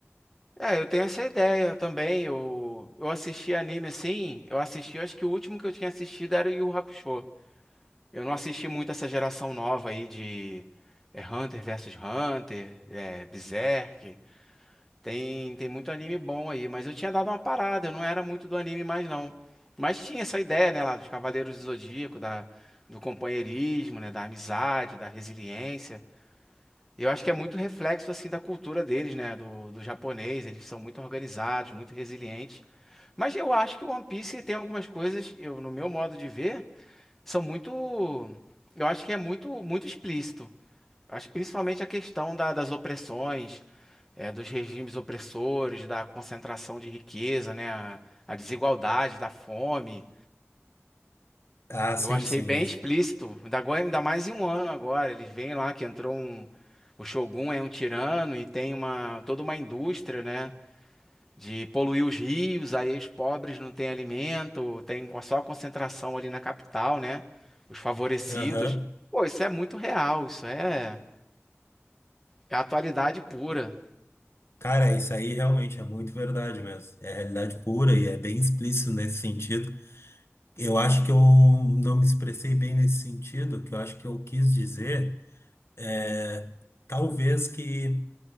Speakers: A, in the centre; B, on the left.
A: É, eu tenho essa ideia também. Eu, eu assisti anime assim, eu assisti, eu acho que o último que eu tinha assistido era o Yu Hakusho. Eu não assisti muito essa geração nova aí de é, Hunter versus Hunter, é, Berserk. Tem, tem muito anime bom aí, mas eu tinha dado uma parada, eu não era muito do anime mais não. Mas tinha essa ideia, né, lá dos Cavaleiros do Zodíaco, da, do companheirismo, né, da amizade, da resiliência. Eu acho que é muito reflexo assim da cultura deles, né? Do, do japonês, eles são muito organizados, muito resilientes. Mas eu acho que o One Piece tem algumas coisas, eu, no meu modo de ver, são muito. Eu acho que é muito, muito explícito. Acho que principalmente a questão da- das opressões, é, dos regimes opressores, da concentração de riqueza, né? A, a desigualdade, da fome.
B: Ah, sim,
A: Eu achei
B: sim,
A: bem
B: esse.
A: explícito. Ainda agora, ainda mais em um ano agora. Eles veem lá que entrou um. O Shogun é um tirano e tem uma toda uma indústria, né? De poluir os rios, aí os pobres não têm alimento, tem co- só concentração ali na capital, né? Os favorecidos.
B: Aham.
A: Pô, isso é muito real, isso é, é atualidade pura.
B: Cara, isso aí realmente é muito verdade mesmo. É realidade pura e é bem explícito nesse sentido. Eu acho que eu não me expressei bem nesse sentido, O que eu acho que eu quis dizer é, talvez que